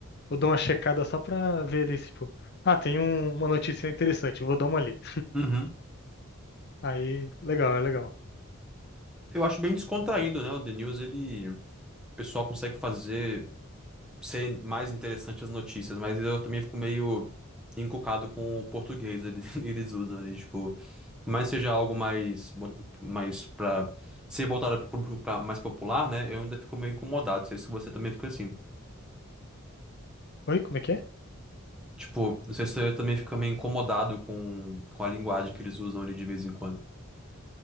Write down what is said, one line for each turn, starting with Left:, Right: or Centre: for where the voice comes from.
Left: Eu dou uma checada só pra ver ali, tipo. Ah, tem um- uma notícia interessante, eu vou dar uma lida.
Centre: Uhum.
Left: Aí, legal, é legal.
Centre: Eu acho bem descontraído, né? O The News, ele... O pessoal consegue fazer... Ser mais interessante as notícias, mas eu também fico meio encucado com o português eles, <laughs> eles usam ali, tipo... Mas seja algo mais... Mais para Ser voltado para o público pra- mais popular, né? Eu ainda fico meio incomodado. Não sei se você também fica assim.
Left: Oi, como é que é?
Centre: Tipo, não sei se você também fica meio incomodado com, com a linguagem que eles usam ali de vez em quando.